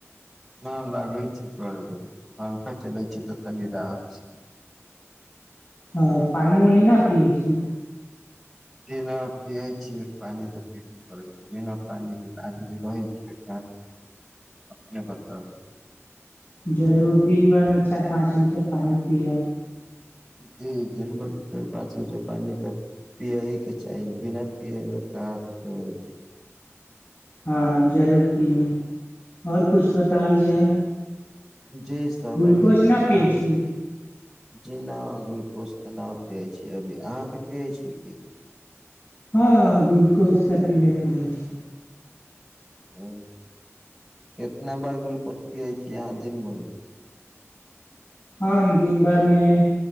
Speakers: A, in the centre; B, on the left.
A: न लागै छै बरबरी मलखा चलाय छै तऽ तनी राहत छै
B: ह पानी उऊनी न पियए छी
A: बिना पियै छै पानि तऽ पीबे करै छै बिना पानी के आदमी रहै छै जे बताउ
B: जरूर दिन भरिमे चारि पाँच लीटर पानिप्य
A: ज जनम पाँच लीटर पानि तऽ पिय ह के छैाह बिना पी कह कुछो होइ छै
B: हँ जरूर पियम आओर किछु बताय जाय
A: जी सेवन
B: ग्लूकोज
A: एक
B: न
A: छै
B: पियै
A: आ
B: छी
A: जीना ग्लुकोज तनाव पियै छी अभी अहाँके पियै छी की
B: हँ गुलकोज तऽ पिबे करै छी
A: ह कितना बार गुलकोच पियै छीिय अहाँ दिन भरिमे
B: आम दिनभरमे